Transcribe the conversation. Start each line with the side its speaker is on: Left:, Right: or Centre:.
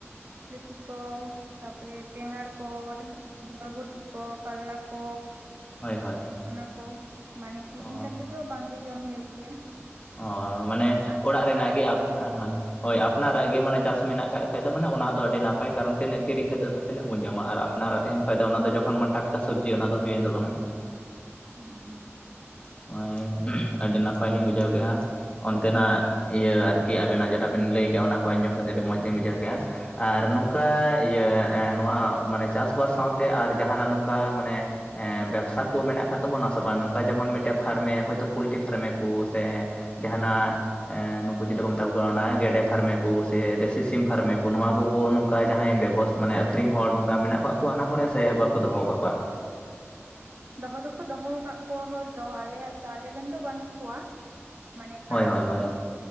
Right: ᱵᱤᱞᱟᱹᱛᱤ ᱠᱚ᱾ ᱛᱟᱯᱚᱨᱮ ᱵᱮᱸᱜᱟᱲ ᱠᱚ ᱵᱚᱨᱵᱚᱴᱤ ᱠᱚ ᱠᱟᱨᱞᱟ ᱠᱚ᱾
Left: ᱦᱳᱭ ᱦᱳᱭ,
Right: ᱚᱱᱟ ᱠᱚ ᱢᱟᱱᱮ ᱠᱤᱨᱤᱧ
Left: ᱚ
Right: ᱠᱟᱛᱮᱜ ᱫᱚ ᱵᱟᱝᱜᱮ ᱡᱚᱢ ᱦᱩᱭᱩᱜ ᱜᱮᱭᱟ᱾
Left: ᱚ ᱢᱟᱱᱮ
Right: ᱟᱨ
Left: ᱚᱲᱟᱜ ᱨᱮᱱᱟᱜ
Right: ᱦᱟᱴ
Left: ᱜᱮ
Right: ᱠᱚᱨᱮ
Left: ᱟ ᱦᱳᱭ ᱦᱳᱭ ᱟᱯᱱᱟᱨᱟᱜ ᱜᱮ ᱢᱟᱱᱮ ᱪᱟᱥ ᱢᱮᱱᱟᱜ ᱠᱟᱡ ᱠᱷᱟᱡ ᱫᱚ ᱢᱟᱱᱮ ᱚᱱᱟ ᱫᱚ ᱟᱹᱰᱤ ᱱᱟᱯᱟᱭ ᱠᱟᱨᱚᱱ ᱛᱤᱱᱟᱹᱜ ᱠᱤᱨᱤᱧ ᱠᱟᱛᱮᱫ ᱫᱚ ᱛᱤᱱᱟᱹᱜ ᱵᱚᱱ ᱡᱚᱢᱟ ᱟᱨ ᱟᱯᱱᱟᱨᱟᱜ ᱛᱟᱦᱮᱱ ᱠᱷᱟᱡ ᱫᱚ ᱚᱱᱟ ᱫᱚ ᱡᱚᱠᱷᱚᱱ ᱵᱚᱱ ᱴᱟᱴᱠᱟ ᱥᱚᱵᱽᱡᱤ ᱚᱱᱟ ᱫᱚ ᱦᱩᱭᱮᱱ ᱛᱟᱵᱚᱱᱟ
Right: ᱦᱩᱸ ᱦᱩᱸ
Left: ᱱᱚᱜᱼᱚᱭ ᱟᱹᱰᱤ ᱱᱟᱯᱟᱭ ᱞᱤᱧ ᱵᱩᱡᱷᱟᱹᱣ ᱠᱮᱫᱼᱟ ᱚᱱᱛᱮᱱᱟᱜ ᱤᱭᱟᱹ ᱟᱨᱠᱤ ᱟᱵᱮᱱᱟᱜ ᱡᱮᱴᱟ ᱵᱤᱱ ᱞᱟᱹᱭ ᱠᱮᱫᱼᱟ ᱚᱱᱟᱠᱚ ᱟᱸᱡᱚᱢ ᱠᱟᱛᱮᱫ ᱟᱹᱰᱤ ᱢᱚᱡᱽᱞᱤᱧ ᱵᱩᱡᱷᱟᱹᱣ ᱠᱮᱫᱼᱟ ᱟᱨ ᱱᱚᱝᱠᱟ ᱤᱭᱟᱹ ᱮᱸ ᱱᱚᱣᱟ ᱢᱟᱱᱮ ᱪᱟᱥᱵᱟᱥ ᱥᱟᱶᱛᱮ ᱟᱨ ᱡᱟᱦᱟᱱᱟᱜ ᱱᱚᱝᱠᱟ ᱢᱟᱱᱮ ᱮᱸ ᱵᱮᱵᱥᱟ ᱠᱚ ᱢᱮᱱᱟᱜ ᱟᱠᱟᱫ ᱛᱟᱵᱚᱱᱟ ᱥᱮ ᱵᱟᱝ ᱱᱚᱝᱠᱟ? ᱚᱱᱠᱟ ᱡᱮᱢᱚᱱ ᱢᱤᱫᱴᱮᱡ ᱯᱷᱟᱨᱢᱮ ᱦᱚᱭᱛᱳ ᱯᱳᱚᱞᱴᱤ ᱯᱷᱟᱨᱢᱮ ᱠᱚ ᱥᱮ ᱡᱟᱦᱟᱱᱟᱜ ᱮᱸ ᱱᱩᱠᱩ ᱪᱮᱞᱮ ᱠᱚ ᱢᱮᱛᱟ ᱠᱚ ᱠᱟᱱᱟ ᱜᱮᱰᱮ ᱯᱷᱟᱨᱢᱮ ᱠᱚ ᱥᱮ ᱫᱮᱥᱤ ᱥᱤᱢ ᱯᱷᱟᱨᱢᱮ ᱠᱚ ᱱᱚᱣᱟ ᱠᱚ ᱱᱚᱝᱠᱟ ᱡᱟᱦᱟᱸᱭ ᱵᱮᱵᱚᱥᱛᱟ ᱢᱟᱱᱮ ᱟᱹᱠᱷᱨᱤᱧ ᱦᱚᱲ ᱱᱚᱝᱠᱟ ᱢᱮᱱᱟᱜ ᱟᱠᱟᱫ ᱠᱚᱣᱟ ᱚᱱᱟ ᱠᱚᱨᱮ ᱥᱮ ᱵᱟᱠᱚ ᱫᱚᱦᱚ ᱟᱠᱟᱫ ᱠᱚᱣᱟ?
Right: ᱫᱚᱦᱚ ᱫᱚᱠᱚ ᱫᱚᱦᱚ ᱟᱠᱟᱫ ᱠᱚᱣᱟ ᱦᱚᱲ ᱫᱚ ᱟᱞᱮᱭᱟᱜ ᱫᱚ ᱟᱞᱮᱨᱮᱱ ᱫᱚ ᱵᱟᱹᱱᱩᱜ ᱠᱚᱣᱟ ᱢᱟᱱᱮ ᱯᱷᱟᱨᱟᱢ
Left: ᱦᱳᱭ ᱦᱳᱭ
Right: ᱠᱚᱫᱚ
Left: ᱦᱳᱭ